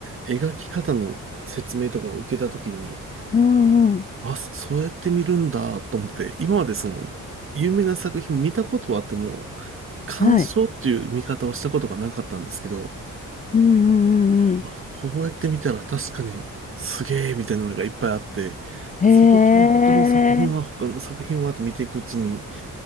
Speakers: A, on the right; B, on the left.
A: 描き方の説明とかを受けたときに、
B: うんうん。
A: あ、そそうやって見るんだと思って、今までその有名な作品見たことはあっても、鑑賞っていう見方をしたことがなかったんですけど、
B: はい。うんうんうん
A: あ、こうやって見たら確かにすげえみたいなのがいっぱいあって、
B: へえ、
A: そこから他の作品は他の作品はって見ていくうちに、